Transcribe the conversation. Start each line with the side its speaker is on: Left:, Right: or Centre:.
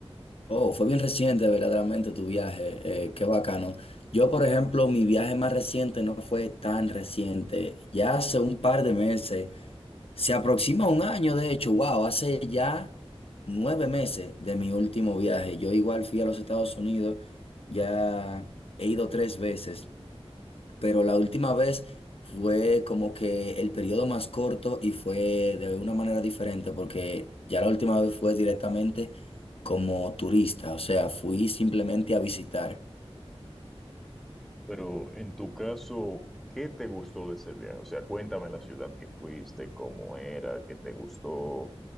Left: Oh, fue bien reciente, verdaderamente, tu viaje. eh, qué bacano. Yo, por ejemplo, mi viaje más reciente no fue tan reciente. Ya hace un par de meses, se aproxima un año, de hecho, wow, hace ya nueve meses de mi último viaje. Yo igual fui a los Estados Unidos, ya he ido tres veces. pero la última vez fue como que el periodo más corto y fue de una manera diferente, porque ya la última vez fue directamente como turista, o sea, fui simplemente a visitar.
Centre: Pero en tu caso, ¿qué te gustó de ese viaje? O sea, cuéntame la ciudad que fuiste, cómo era, qué te gustó,